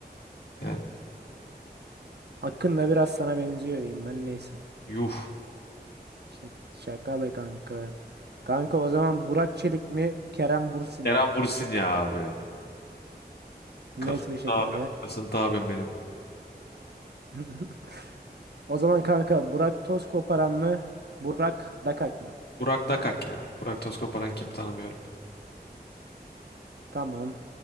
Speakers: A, on the left (about 70°); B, on the right (about 75°).
A: Yani
B: Akın'la biraz sana benziyor diyeyim ben neyse.
A: yuh.
B: Şaka, şaka be kanka. Kanka o zaman Burak Çelik mi, Kerem Bürsin
A: Eren
B: mi?
A: Bursin ya abi.
B: Net
A: Kasıntı
B: bir şekilde.
A: abim. Kasıntı abim benim.
B: <laughs> O zaman kanka Burak toz koparan mı? Burak Dakak mı?
A: Burak Dakak ya. Burak Toskoparan kim tanımıyorum.
B: Tamam.